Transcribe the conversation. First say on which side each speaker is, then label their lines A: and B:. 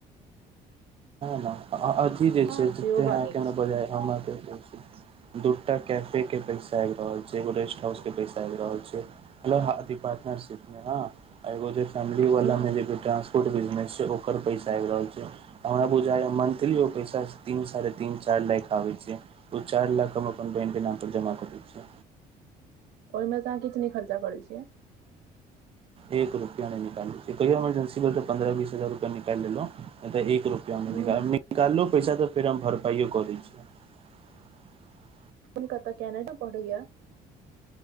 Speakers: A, on the right (about 35°); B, on the right (about 75°).
A: न अ, अ ज की जे
B: हँ
A: छै
B: सेहो
A: जते अहाँके
B: बात नीक
A: हमरा
B: छै
A: बजए हमरा दूटा कैफे के पैसा आइब रहल छै, एगो रेस्ट हाउस के पैसा आइब रहल छै। हेलो आ अथी पार्टनरशिप में - हाॅं - आ एगो जे फैमिली बला
B: हूं
A: में जे दू टा फुड बिजनेस छैय, ओकर पैसा आयब रहल छैय। हमरा बुझाय य मंथलिओ पैसा तीन साढ़े तीन चाइर लाइक आबैय छैय। उ चाइर लाख हम अपन बहिन के नाम पर जमा क दै छिअ।
B: ओय में त अहाँ किछ नैय खर्चा करै छियै।
A: एक रुपया नै निकालै छियै, कहिओ मरजेंसी भेल त पन्द्रह बीस हजार रुपया निकायल लेलों। नै त एक रु निकाललों
B: हूं
A: पैसा त फेर हम भरपाइयो क दै छियै। <inaudible>
B: अपन कतअ कैनाडो मेँ पढ़ै या